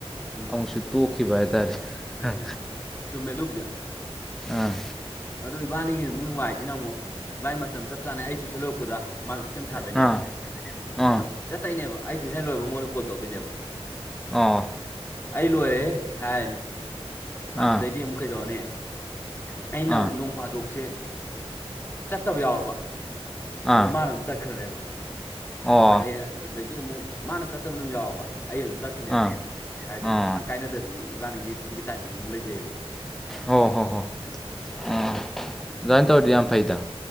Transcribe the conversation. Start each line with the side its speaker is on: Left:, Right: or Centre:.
Left: ꯎꯝ
Centre: ꯑꯃꯨꯛꯁꯨ ꯇꯣꯛꯈꯤꯕ ꯍꯥꯏꯇꯥꯔꯦ
Left: ꯎꯝ ꯆꯨꯝꯃꯦ ꯑꯗꯨꯕꯨꯗꯤ
Centre: ꯑꯥ
Left: ꯑꯗꯣ ꯏꯕꯥꯅꯤꯒꯤꯅ ꯑꯃꯨꯛ ꯅꯨꯡꯉꯥꯏꯖꯤꯅ ꯑꯃꯨꯛ ꯃꯥꯥꯏ ꯃꯇꯝ ꯆꯞ ꯆꯥꯅ ꯑꯩ ꯇꯨꯏꯁꯟ ꯂꯧꯔꯛꯄꯗ ꯃꯥꯖꯨ ꯁꯦꯝ ꯁꯥꯗꯣꯏꯅꯦꯕ
Centre: ꯑꯥ ꯑꯥ
Left: ꯑꯗꯣ ꯆꯠꯇꯣꯏꯅꯦꯕ ꯑꯩ ꯇꯨꯏꯁꯟ ꯂꯣꯏꯕ ꯃꯉꯣꯟꯗ ꯀꯣꯜ ꯇꯧꯗꯣꯏꯅꯦꯕ
Centre: ꯑꯥ
Left: ꯑꯩ ꯂꯣꯏꯔꯦ ꯍꯥꯏꯔꯅꯤ ꯑꯗꯨꯗꯩꯗꯤ
Centre: ꯑꯥ
Left: ꯑꯃꯨꯛ ꯀꯩꯗꯧꯔꯅꯤ
Centre: ꯑꯥ
Left: ꯑꯩꯅ ꯅꯣꯡ ꯐꯥꯗꯣꯛꯁꯦ ꯆꯠꯇꯕ ꯌꯥꯎꯔꯕ
Centre: ꯑꯥ
Left: ꯑꯗꯣ ꯃꯥꯅ ꯑꯗꯨꯝ ꯆꯠꯈ꯭ꯔꯅꯦꯕ
Centre: ꯑꯣ
Left: ꯐꯔꯦ ꯑꯗꯒꯤ ꯑꯃꯨꯛ ꯃꯥꯅ ꯆꯠꯇꯕ ꯅꯨꯃꯤꯠ ꯌꯥꯎꯔꯕ ꯑꯩ ꯑꯗꯨꯝ ꯆꯠ ꯁꯤꯅꯦꯕ
Centre: ꯑꯥ
Left: ꯍꯥꯏꯗꯤ
Centre: ꯑꯣ
Left: ꯁꯨꯡꯀꯥꯏ ꯀꯥꯏꯅꯗꯕꯤ ꯏꯕꯥꯅꯤꯒꯤ ꯁꯤꯒꯤ ꯇꯥꯏꯃꯤꯡ ꯑꯃ ꯂꯩ
Centre: ꯍꯣ ꯍꯣ ꯍꯣ ꯎꯝ ꯑꯗꯨꯃꯥꯏ ꯇꯧꯔꯗꯤ ꯌꯥꯝ ꯐꯩꯗ